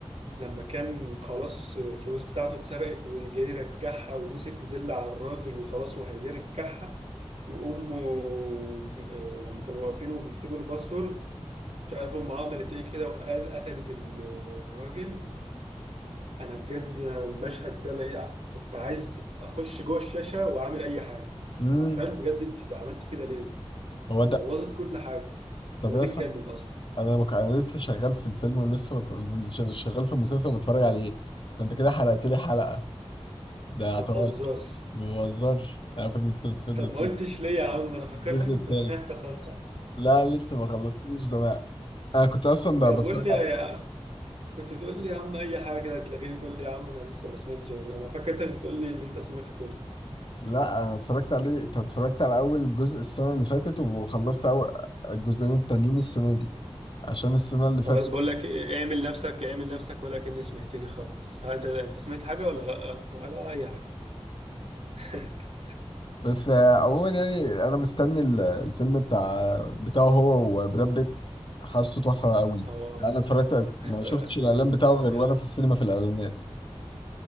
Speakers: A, on the right (about 75°); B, on the left (about 50°).
A: لما كان خلاص الفلوس بتاعته اتسرقت وجاي يرجعها ومسك زل على الراجل وخلاص وهيرجعها وأمه ب- لما كانوا واقفين وبيكتبوا الباسورد مش عارف أمه عملت إيه كده وقال قتلت الراجل انا بجد المشهد ده بقى كنت عايز اخش جوه الشاشه واعمل اي حاجه
B: امم
A: عارفين بجد انت عملت كده ليه
B: هو ده
A: بوظت كل حاجه
B: طب
A: الواد
B: اصلا
A: اتجنن اصلا
B: انا مك... انا لسه شغال في الفيلم ولسه بت... ش- شغال في المسلسل وبتفرج عليه فانت كده حرقت لي حلقه ده اعتقد
A: ما تهزرش
B: ما بهزرش انا في الم- في في- في
A: طب ما قلتش ليه يا عم انا فكرتك
B: الجزء
A: انت
B: التالت
A: سمعت خلاص
B: لا لسه ما خلصتوش ده انا انا كنت اصلا
A: طب
B: ب-
A: قول
B: بتفرج
A: لي يا كنت تقول لي يا عم اي حاجه هتلاقيني تقول لي يا عم انا لسه ما سمعتش غير- انا فكرتك بتقول لي ان انت سمعت كله
B: لا انا اتفرجت عليه انت اتفرجت على اول جزء السنه اللي فاتت وخلصت اول الجزئين التانيين السنه دي عشان السنه اللي فاتت
A: خلاص بقول لك إيه، اعمل نفسك اعمل نفسك ولكني سمعتني خالص ها، انت انت سمعت حاجه ولا لا ولا اي حاجه <laughs>
B: بس آه، عموما يعني انا مستني ال- الفيلم بتاع بتاعه هو وبراد بيت حاسه تحفه قوي
A: اه
B: انا اتفرجت ما
A: هيبقى
B: شفتش الاعلان بتاعه
A: هيبقى
B: غير
A: جامد
B: وانا في السينما في الاعلانات